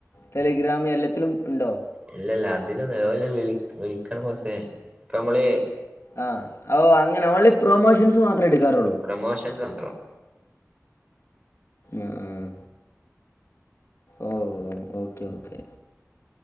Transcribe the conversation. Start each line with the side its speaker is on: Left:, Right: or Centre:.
Left: ടെലിഗ്രാം എല്ലത്തിലും ഉണ്ടോ
Right: ഇല്ലല്ല അതിലൊന്നുല്ല ഓല് വിള വിളിക്കണം ബോസേ ഇപ്പ അമ്മള്
Left: ആ ഓ അങ്ങനെ അവള പ്രൊമോഷൻസ് മാത്രമേ എടുക്കാറുള്ളൂ
Right: പ്രമോഷൻസ് മാത്രം
Left: ആ ഓ ഓക്കെ ഓക്കെ